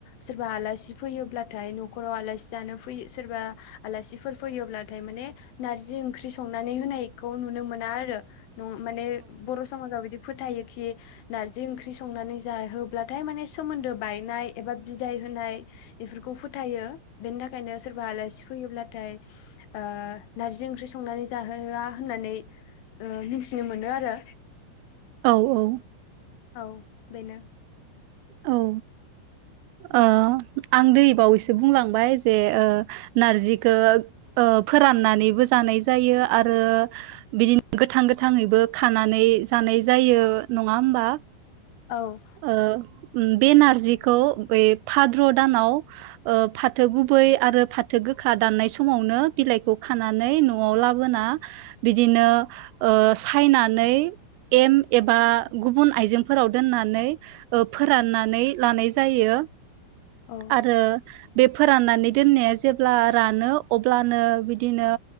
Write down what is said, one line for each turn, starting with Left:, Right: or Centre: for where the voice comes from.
Left: सोरबा आलासि फैयोब्लाथाय न'खराव आलासि जानो फै सोरबा आलासिफोर फैयोब्लाथाय माने नारजि ओंख्रि संनानै होनायखौ नुनो मोना आरो। नं माने बर' समाजाव बिदि फोथायोखि नारजि ओंख्रि संनानै जाहोब ब्लाथाय माने सोमोन्दो बायनाय एबा बिदाय होनाय इफोरखौ फोथायो बेनि थाखायनो सोरबा आलासि फैयोब्लाथाय ओ नारजि ओंख्रि संनानै जाहोआ होननानै ओ मिथिनो मोनो आरो।
Right: औऔ
Left: औ बेनो।
Right: औ ओ आं दै बावैसो बुंलांबाय जे ओ नारजिखौ ओ फोराननानैबो जानाय जायो आरो बिदिनो गोथां गोथाङैबो खानानै जानाय जायो नङा होमबा?
Left: औ
Right: ओ बे नारजिखौ बै फाद्र' दानाव ओ फाथो गुबै आरो फाथो गोखा दाननाय समावनो बिलाइखौ खानानै न न'आव लाबोना बिदिनो ओ सायनानै एम एबा गुबुन आइजेंफोराव दोनना नै ओ फोराननानै लानाय जायो।
Left: औ
Right: आरो बे फोराननानै दोननाया जेब्ला रानो अब्लानो बिदिनो